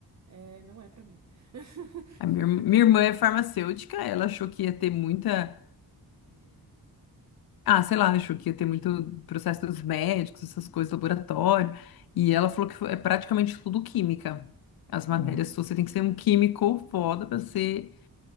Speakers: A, on the right (about 45°); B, on the left (about 70°).
A: é, não é para mim. <laughs>
B: A minha, irm- minha irmã é farmacêutica, ela achou que ia ter muita. Ah, sei lá, achou que ia ter muito processo dos médicos, essas coisas, laboratório. E ela falou que foi- é praticamente tudo química. As Uhum.
A: Uhum,
B: matérias, suas, você tem que ser um químico foda para ser